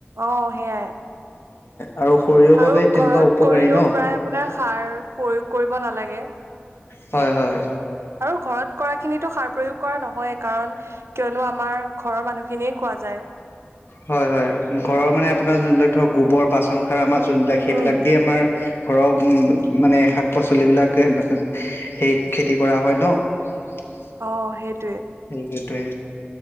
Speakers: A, on the right (about 85°); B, on the left (about 65°).
A: আহ সেইয়াই
B: আৰু শৰীৰৰ বাবে
A: আৰু
B: তেনেকুৱা
A: ঘৰত
B: উপকাৰী
A: কৰিলেও
B: ন
A: প্ৰায় আপোনাৰ সাৰ প্ৰয়োগ কৰিব নালাগে
B: হয় হয়
A: আৰু ঘৰত কৰা খিনিতো সাৰ প্ৰয়োগ কৰা নহয়ে কাৰণ কিয়নো আমাৰ ঘৰৰ মানুহখিনিয়ে খোৱা যায়
B: হয় হয় ঘৰৰ মানে আপোনাৰ যোনবিলাক ধৰক গোবৰ পাচন সাৰ আমাৰ যোন বিলাক সেইবিলাক
A: উম,
B: দি আমাৰ ঘৰৰ উ মানে শাক পাচলিবলাক সেই খেতি কৰা হয় ন <unintelligible>
A: অ সেইটো
B: সেইকেইটে